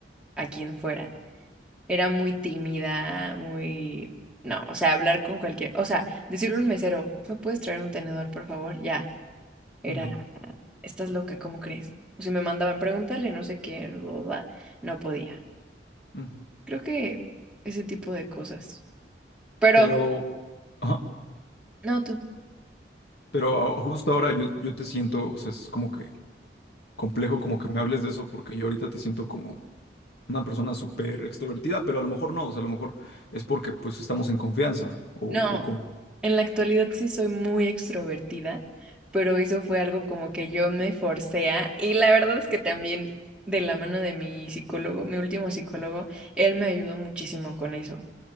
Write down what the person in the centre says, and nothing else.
a, a quien fuera. Era muy tímida, muy... No, o sea, hablar con cualquier... O sea, decirle a un mesero, ¿me puedes traer un tenedor, por favor? Ya, era,
estás loca, ¿cómo crees? O si me mandaban preguntarle, no sé qué, bla, bla, bla, no podía.
Creo que ese tipo de cosas. Pero,
no tú.
No,
en la actualidad sí soy muy extrovertida, pero eso fue algo como que yo me forcé a... Y la verdad es que también de la mano de mi psicólogo, mi último psicólogo, él me ayudó muchísimo con eso.